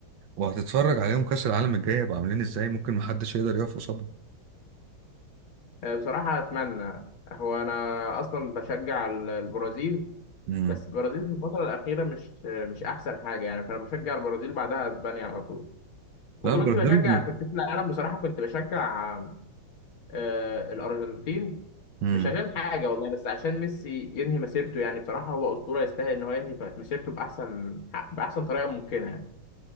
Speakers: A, on the right; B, on the left.
A: وهتتفرج عليهم كاس العالم الجاي هيبقى عاملين ازاي ممكن محدش يقدر يقف قصادهم
B: أه بصراحه اتمنى هو انا اصلا بشجع ال- البرازيل
A: امم
B: بس البرازيل في الفتره الاخيره مش مش احسن حاجه يعني فانا بشجع البرازيل بعدها اسبانيا على طول وكنت
A: لا البرازيل
B: بشجع في كأس العالم بصراحة كنت بشجع آه، الأرجنتين
A: امم
B: مش عشان حاجة والله بس عشان ميسي ينهي مسيرته يعني بصراحة هو أسطورة يستاهل إن هو ينهي مسيرته بأحسن بأحسن طريقة ممكنة يعني